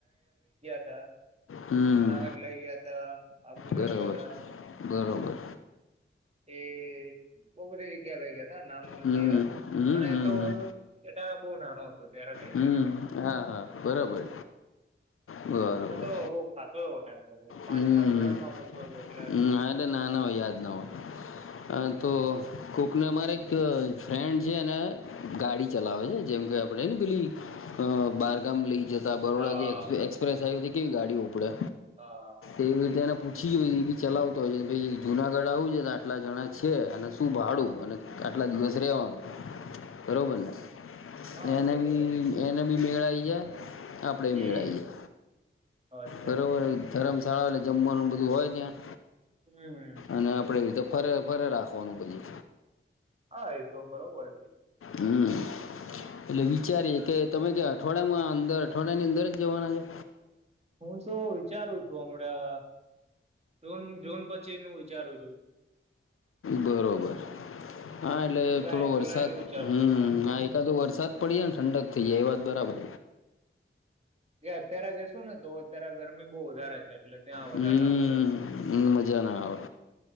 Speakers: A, on the right; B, on the left.
A: આ
B: હમ
A: જુનાગઢ લઇ ગયા તા આબુ લઇ
B: બરોબર
A: ગયા તા
B: બરોબર
A: એ <unintelligible> લઈ ગયા હતા નામ નથી
B: હમ
A: યાદ
B: હમ
A: પણ
B: હમ
A: એ તો
B: હમ
A: હું ત્યારે બહુ નાનો હતો ત્યારે લઈ
B: હમ
A: ગયા તા અમને
B: હા હા બરાબર બરોબર
A: આ તો બહુ ખાસો એવો ટાઈમ તો પાંચમા
B: હમ
A: ધોરણમાં ભણતો હતો એટલે
B: હમ એટલે નાના હોય યાદ ના હોય
A: હમ
B: તો કોકને અમારે એક અ ફ્રેન્ડ જે એને ગાડી ચલાવે છે જેમ કે આપણે પેલી અ બારગામ લઈ જત બરોડા
A: હા
B: જે એક્સપ્રેસ હાઇવેથી તેવી ગાડીઓ પડે
A: હા
B: એવી રીતેને પૂછી જોય એ બી ચલાવતો હોય છે ભાઈ જુનાગઢ આવું છે તો આટલા જણા છે અને શું ભાડું અને આટલા દિવસ રેવાનું બરોબર ને
A: હા
B: એ ને
A: બરોબર
B: અમ એને બી મેળાઈયા આપણે
A: હમ
B: મેળાઈયે
A: અચ્છા
B: બરોબર ધરમશાળા એટલે જમવાનું બધું હોય ત્યાં
A: હમ
B: અને આપડે એવી તો ફરે ફરે રાખવાનું બધું
A: હા એ તો બરોબર
B: હમ એટલે વિચારીએ કે તમે કે અઠવાડિયામાં અંદર અઠવાડિયાની અંદર જ જવાના છે.
A: હું તો વિચારું છું હમણાં જૂન જૂન પછીનું વિચારું છું.
B: બરોબર હા એટલે
A: જુલાઈ
B: થોડો વરસાદ
A: જુલાઈ નું વિચારું
B: હમ
A: છું
B: હા એકાદો વરસાદ પડી જાય ને ઠંડક થઇ જાય એ વાત બરાબર
A: જે અત્યારે જયશું ને તો અત્યારે ગરમી બો વધારે છે એટલે ત્યાં
B: હમ
A: વધારે લાગશે ગરમી.
B: મજા ના આવે